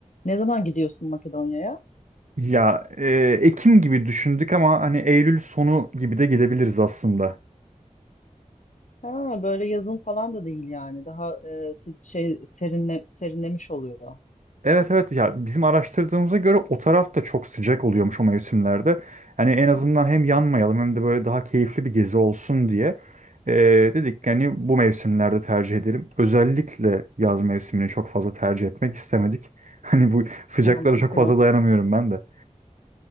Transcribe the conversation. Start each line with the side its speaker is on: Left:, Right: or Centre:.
Left: Ne zaman gidiyorsun Makedonya'ya?
Right: Ya e, Ekim gibi düşündük ama hani Eylül sonu gibi de gidebiliriz aslında.
Left: Ha, böyle yazın falan da değil yani. Daha e, si- şey serinle, serinlemiş oluyor.
Right: Evet evet ya bizim araştırdığımıza göre o taraf da çok sıcak oluyormuş o mevsimlerde. Yani en azından hem yanmayalım hem de böyle daha keyifli bir gezi olsun diye e, dedik yani bu mevsimlerde tercih edelim. Özellikle yaz mevsimini çok fazla tercih etmek istemedik. <laughs> Hani bu sıcaklara
Left: Mantıklı.
Right: çok fazla dayanamıyorum ben de.